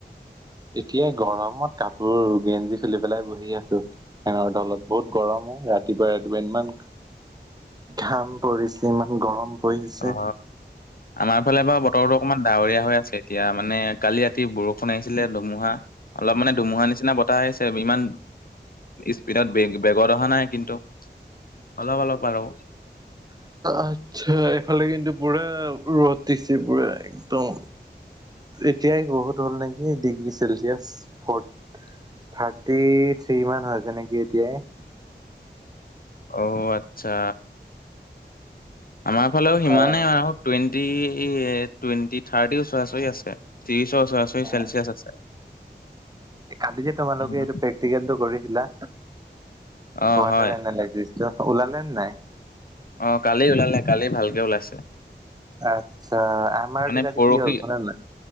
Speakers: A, on the right (about 20°); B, on the left (about 55°).
A: এতিয়া গৰমত কাপোৰ গেঞ্জি খুলি পেলাই বহি আছো ফেনৰ তলত বহুত গৰম অ ৰাতিপুৱাই ৰাতিপুৱাই ইমান ঘাম পৰিছে ইমান গৰম পৰিছে
B: অ আমাৰ ফালে বাৰু বতৰটো অকমান ডাৱৰীয়া হৈ আছে এতিয়া মানে কালি ৰাতি বৰষুণ আহিছিলে ধুমুহা অলপ মানে ধুমুহা নিচিনা বতাহ আহিছে ইমান স্পীডত বেগ বেগত অহা নাই কিন্তু অলপ অলপ আৰু
A: আতছা ইফালে কিন্তু পুৰা ৰ'দ দিছে পুৰা একদম এতিয়াই বহুত হ'ল নে ডিগ্ৰী চেলচিয়ছ ফৰ্ত থাৰ্টি থ্ৰী মান হৈছে নেকি এতিয়াই
B: অ আচ্ছা আমাৰ ফালেও সিমানেই
A: অ',
B: আৰু টুৱেণ্টি টুৱেণ্টি থাৰ্টি ওচৰা ওচৰি আছে ত্ৰিশৰ ওচৰা ওচৰি
A: অ'।
B: চেলচিয়াছ আছে
A: কালি যে তোমালোকে
B: উম,
A: এইটো প্ৰেক্টিকেলটো কৰিছিলা
B: অ
A: ৱাটাৰ
B: হয়
A: এনালাইচিছটো ওলালে নে নাই
B: অ কালি ওলালে কালি ভালকে ওলাইছে
A: আচ্ছা আমাৰটো
B: মানে
A: কালি
B: পৰহি
A: কি হ'ল শুনা না